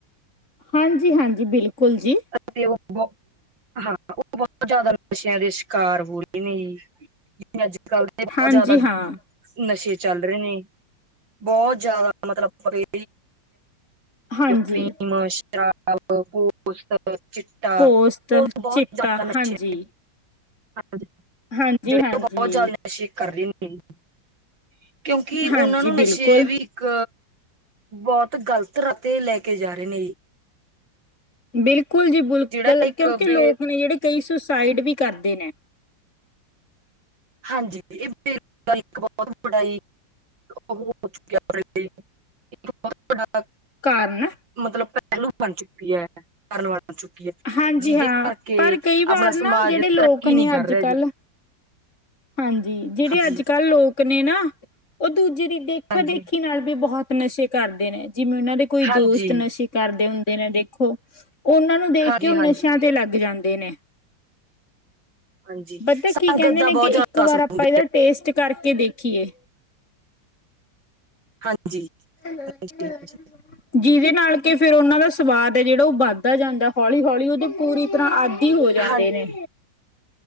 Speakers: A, on the left (about 40°); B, on the right (about 85°).
A: ਹਾਂਜੀ, ਹਾਂਜੀ ਬਿਲਕੁਲ ਜੀ।
B: ਅਤੇ ਓ ਬੌਤ ਹਾਂ ਓ ਬੌਤ ਜਿਆਦਾ ਨਸ਼ਿਆਂ ਦੇ ਸ਼ਿਕਾਰ ਹੋ ਰਏ ਨੇ ਜੀ। ਜਿਵੇਂ ਅੱਜ ਕੱਲ੍ਹ ਦੇ ਬੌਤ
A: ਹਾਂਜੀ
B: ਜ਼ਿਆਦਾ
A: ਹਾਂ
B: ਨਸ਼ੇ ਚੱਲ ਰੇ ਨੇ ਬੌਤ ਜਿਆਦਾ ਮਤਲਬ ਪੁੀ
A: ਹਾਂਜੀ
B: ਫੀਮ ਸਵ ਪੋ <unintelligible> ਚਿੱਟਾ
A: ਪੋਸਤ
B: ਹੋਰ ਬਹੁਤ
A: ਚਿੱਟਾ
B: ਜਿਆਦਾ ਨਸ਼ੇ
A: ਹਾਂਜੀ
B: <unintelligible>
A: ਹਾਂਜੀ
B: ਜਿੜੇ
A: ਹਾਂਜੀ
B: ਓ ਬੌਤ ਜ਼ਿਆਦਾ ਨਸ਼ੇ ਕਰ ਲੈਂਦੇ ਕਿਉਂਕਿ
A: ਹਾਂਜੀ
B: ਉਨਾਂ ਨੂੰ ਨਸ਼ੇ
A: ਬਿਲਕੁਲ
B: ਵੀ ਇੱਕ ਬੌਤ ਗ਼ਲਤ ਰਤੇ ਲੈ ਕੇ ਜਾ ਰੇ ਨੇ।
A: ਬਿਲਕੁਲ ਜੀ, ਬਿਲਕੁਲ
B: ਜਿਹੜਾ ਇੱਕ
A: ਕਿਉਂਕਿ
B: ਬੇ
A: ਲੋਕ ਨੇ ਜਿੜੇ ਕਈ ਸੁਸਾਈਡ ਵੀ ਕਰਦੇ ਨੇ।
B: ਹਾਂਜੀ ਇਹ ਗ ਇੱਕ ਬਹੁਤ ਬੜਾ ਉਹ ਹੋ ਚੁੱਕਿਆ ਬ <unintelligible> ਬਹੁ ਡਾ <unintelligible>
A: ਕਾਰਨ
B: ਮਤਲਬ ਪਹਿਲੂ ਬਣ ਚੁੱਕੀ ਐ ਕਾਰਨ ਬਣ ਚੁੱਕੀ ਐ
A: ਹਾਂਜੀ
B: ਜਿਦੇ
A: ਹਾਂ
B: ਕਰਕੇ
A: ਪਰ ਕਈ
B: ਆਪਣਾ
A: ਵਾਰ ਨਾ
B: ਸਮਾਜ
A: ਜਿਹੜੇ ਲੋਕ
B: ਤਰੱਕੀ
A: ਨੇ
B: ਨੀ ਕਰ
A: ਅੱਜ
B: ਰਿਆ
A: ਕੱਲ
B: ਜੀ।
A: ਹਾਂਜੀ ਜਿੜੇ
B: ਹਾਂਜੀ
A: ਅੱਜ ਕੱਲ ਲੋਕ ਨੇ ਨਾ ਓ ਦੂਜੇ ਦੀ ਦੇਖਾ
B: ਹਾਂਜੀ
A: ਦੇਖੀ ਨਾਲ ਵੀ ਬਹੁਤ ਨਸ਼ੇ ਕਰਦੇ ਨੇ ਜਿਵੇਂ ਉਨਾਂ ਦੇ ਕੋਈ
B: ਹਾਂਜੀ
A: ਦੋਸਤ ਨਸ਼ੇ ਕਰਦੇ ਹੁੰਦੇ ਨੇ ਦੇਖੋ ਉਨਾਂ ਨੂੰ ਦੇਖ
B: ਹਾਂਜੀ
A: ਕੇ
B: ਹਾਂਜੀ
A: ਨਸ਼ਿਆਂ ਤੇ ਲੱਗ ਜਾਂਦੇ ਨੇ
B: ਹਾਂਜੀ
A: ਪਤੈ
B: ਸੰਗਤ
A: ਕੀ ਕੈਂਦੇ
B: ਦਾ
A: ਨੇ
B: ਬਹੁਤ
A: ਕਿ
B: ਜ਼ਿਆਦਾ
A: ਇੱਕ
B: ਅਸਰ
A: ਵਾਰ ਆਪਾਂ
B: ਹੁੰਦਾ
A: ਇਦਾ ਟੇਸਟ ਕਰਕੇ ਦੇਖੀਏ
B: ਹਾਂਜੀ
A: <inaudible> ਹੈਲੋ
B: ਹਾਂਜੀ
A: ਹੈਲੋ
B: ਹਾਂਜੀ
A: ਜਿਦੇ ਨਾਲ ਕੇ ਫੇਰ ਉਨਾਂ ਦਾ ਸਵਾਦ ਐ ਜਿੜਾ ਓ ਵੱਧਦਾ ਜਾਂਦਾ ਹੌਲੀ, ਹੌਲੀ ਓ ਤੇ ਪੂਰੀ ਤਰ੍ਹਾਂ ਅੱ ਆਦੀ ਹੋ ਜਾਂਦੇ
B: ਹਾਂ
A: ਨੇ।